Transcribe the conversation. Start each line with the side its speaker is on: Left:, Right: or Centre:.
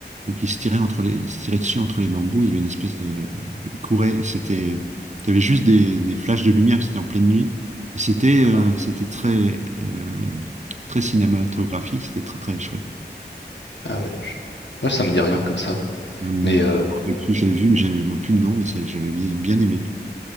Right: Donc il se tirait entre les, il se tirait dessus entre les bambous. Il y avait une espèce de, euh, il courait. et C'était, t'avais juste des, des flashs de lumière. C'était en pleine nuit, et c'était, euh,
Left: Ah,
Right: c'était très, euh, très cinématographique. C'était très très chouette.
Left: ah ouais, je- ah, ça
Right: Je
Left: me dit
Right: sais
Left: rien
Right: pas,
Left: comme ça.
Right: euh, je me
Left: Mais euh,
Right: rappelle plus, j'avais vu, mais j'avais moi, plus le nom, mais ça, j'avais bien, bien aimé.